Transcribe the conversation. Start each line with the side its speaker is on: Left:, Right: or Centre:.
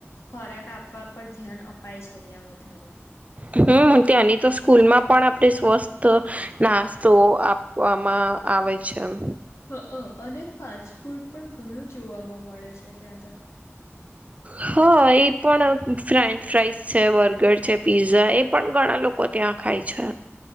Left: ખોરાક આપવા પર ધ્યાન અપાય છે ત્યાં વધારે
Right: હમ્મ, ત્યાંની તો સ્કૂલમાં પણ આપડે સ્વસ્થ નાસ્તો આપવામાં આવે છે આમ
Left: હ અ અને ફાસ્ટ ફૂડ પણ ઘણું જોવામાં મળે છે ત્યાં તો
Right: હા, એ પણ ફ્રેન્ચ ફ્રાઈસ છે બર્ગર છે પીઝા એ પણ ઘણા લોક કો ત્યાં ખાય છે